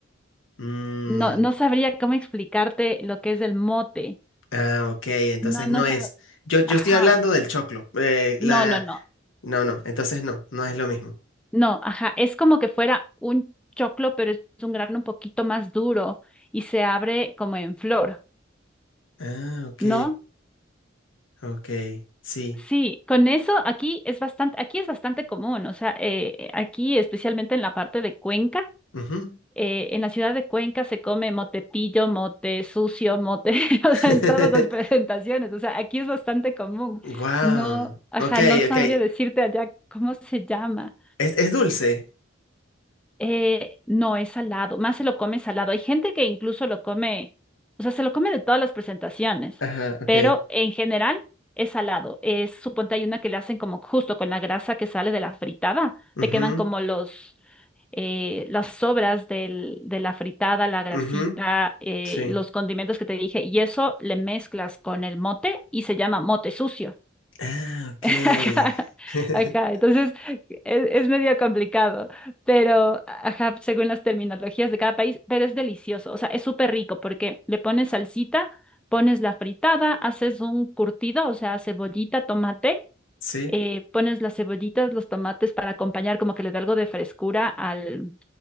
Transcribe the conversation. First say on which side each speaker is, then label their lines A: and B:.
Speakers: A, on the left; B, in the centre.
A: Mm,
B: no, no sabría cómo explicarte lo que es el mote.
A: ah, ok, entonces
B: No, no
A: no
B: sabe.
A: es. Yo, yo
B: Ajá.
A: estoy hablando del choclo. eh,
B: No,
A: la...
B: no, no.
A: No, no, entonces no, no es lo mismo.
B: No, ajá. Es como que fuera un choclo, pero es un grano un poquito más duro y se abre como en flor,
A: Ah, ok,
B: ¿no?
A: ok, sí.
B: Sí, con eso aquí es bastante, aquí es bastante común. O sea, eh, aquí especialmente en la parte de Cuenca,
A: Ujú.
B: eh, en la ciudad de Cuenca se come motetillo, mote sucio, mote, <laughs>
A: <laughs>
B: o sea, en todas las presentaciones. O sea, aquí es bastante común.
A: Wow,
B: No, ajá,
A: ok,
B: no sabría
A: ok.
B: decirte allá cómo se llama.
A: Es, es dulce.
B: Eh, no, es salado, más se lo come salado. Hay gente que incluso lo come, o sea, se lo come de todas las presentaciones,
A: Ajá, ok.
B: pero en general es salado. Es, suponte hay una que le hacen como justo con la grasa que sale de la fritada, te
A: Ujú,
B: quedan como los, eh, las sobras del, de la fritada, la grasita,
A: ujú.
B: eh,
A: Sí.
B: los condimentos que te dije, y eso le mezclas con el mote y se llama mote sucio.
A: Ah, ok.
B: Ajá,
A: <laughs>
B: ajá, entonces e- es, medio complicado, pero ajá, según las terminologías de cada país, pero es delicioso, o sea, es súper rico porque le pones salsita, pones la fritada, haces un curtido, o sea, cebollita, tomate,
A: Sí,
B: eh, pones las cebollitas, los tomates para acompañar, como que le da algo de frescura al,